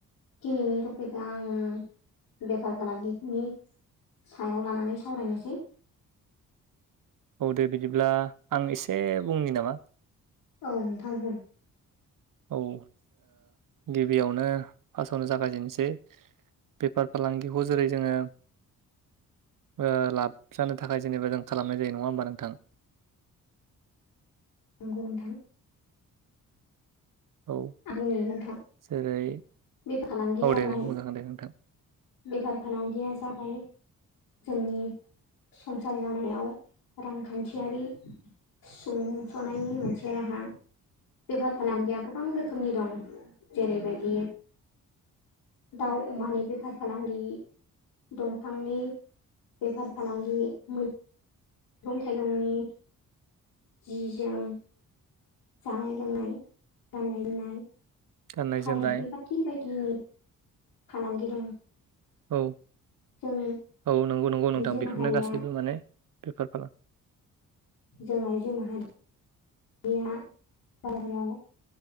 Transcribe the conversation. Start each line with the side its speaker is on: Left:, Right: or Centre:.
Left: दिनैनि टपिकआ आङो बेफार फालांगिनि सायाव लानानै सावरायनोसै।
Right: औ दे बिदिब्ला आं एसे बुंनि नामा
Left: औ नोंथां बुं।
Right: औ ओ गिबियावनो फास्थआवनो जागायजेननोसै बेफार फालांगिखौ जेरै जोङो ओ लाब जानो थाखाय जेनेबा जों खालामनाय जायो नङा होमबा नोंथां। <unintelligible>
Left: नंगौ नोंथां।
Right: औ
Left: आं बुंनि नोंथां
Right: जेरै
Left: बे फालांगिया
Right: औ
Left: जाबाय।
Right: दे दे बुंजागोन दे नोंथां
Left: बेफार फालांगिया जाबाय जोंनि संसार जानायाव रांखान्थियारि सुंस'नायनि मोनसे राहा बेफार फालांगिया गोबां रोखोम रोखोमनि दं जेरैबायदि दाउ अमानि बेफार फालांगि दंफांनि बेफार फालांगि मै मैगं थाइगंनि जि जोम जानाय लोंनाय गाननाय जोमनाय
Right: गाननाय
Left: थाव
Right: जोमनाय
Left: ओंख्रि बायदि बायदिनि फालांगि दं
Right: औ
Left: जों
Right: औ नंगौ नंगौ नोंथां
Left: आइजो
Right: बेफोरनो
Left: माहारिया
Right: गासैबो माने बेफारफोरा
Left: जों आइजो माहारि या बाजारफोराव